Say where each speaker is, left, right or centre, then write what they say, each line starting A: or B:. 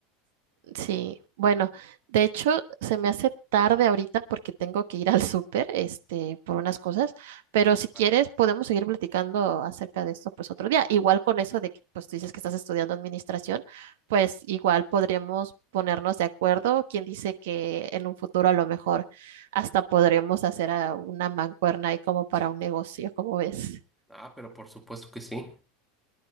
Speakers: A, on the right; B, in the centre.
A: Sí, bueno, de hecho se me hace tarde ahorita porque tengo que ir al súper, este, por unas cosas, pero si quieres
B: Vale.
A: podemos seguir platicando acerca de esto pues otro día. Igual con eso de que pues tú dices que estás estudiando administración, pues igual podríamos ponernos de acuerdo. Quien dice que en un futuro a lo mejor hasta podremos hacer ah, una mancuerna ahí como para un negocio, como ves?
B: Ah, pero por supuesto que sí.